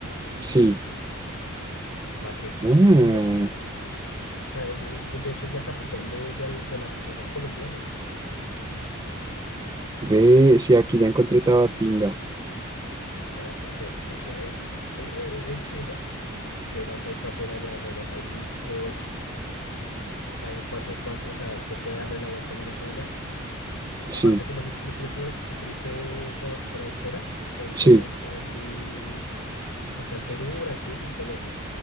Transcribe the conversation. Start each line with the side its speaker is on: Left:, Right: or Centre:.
Right: Sí.
Left: ¿Para qué?
Right: Ah,
Left: Lindo, lindo. O sea, es, es- de hecho es la capital de, de al- del Amazonas colombiano.
Right: ve, sí, aquí ya encontré Tabatinga.
Left: ¿Para qué? Para que vea. Es, es, es chimba. ¿Qué más hay para hacer allá? Bueno, hay micos, hay un paseo, pa- o sea, usted puede darle la vuelta al Amazonas
Right: Sí.
Left: Aparte, como es triple, flo- triple fro- frontera, entonces
Right: Sí,
Left: ahí está el Perú, Brasil y Colombia.